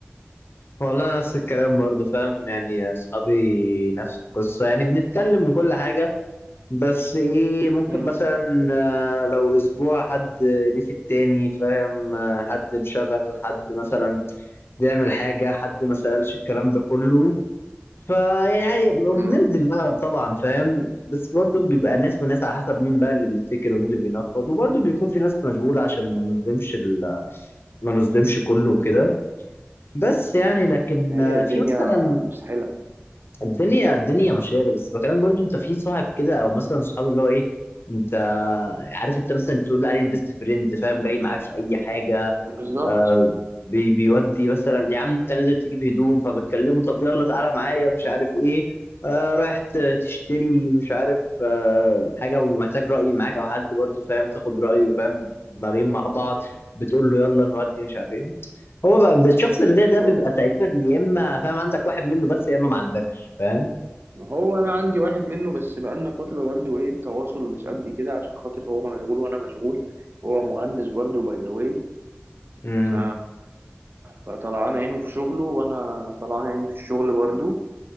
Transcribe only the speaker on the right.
امم
امم
هي
الدنيا
مسحلة
بالظبط
هو
هو انا عندي واحد منه بس بقالنا فتره برضه ايه التواصل مش قد كده عشان خاطر هو مشغول وانا مشغول هو مهندس برضه باي ذا واي
ف... فطلعان عينه في شغله وانا طلعان عيني في الشغل برضه